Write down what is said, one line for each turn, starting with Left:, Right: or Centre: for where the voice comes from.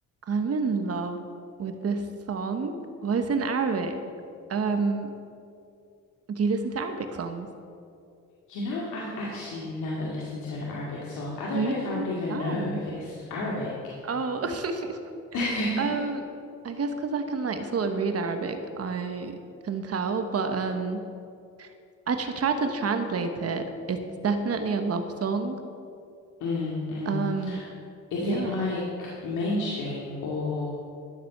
Right: I'm in love with this song. Well, it's in Arabic. Um, do you listen to Arabic songs?
Left: You know, I've actually never listened to an Arabic song. I don't
Right: Really?
Left: know if I would even
Right: None.
Left: know if it's Arabic.
Right: Oh. <laughs>
Left: <laughs>
Right: Um, I guess because I can like sort of read Arabic, I can tell, but um, I tr try to translate it. It's definitely a love song.
Left: Mm, mm.
Right: Um,
Left: Is
Right: yeah,
Left: it like mainstream or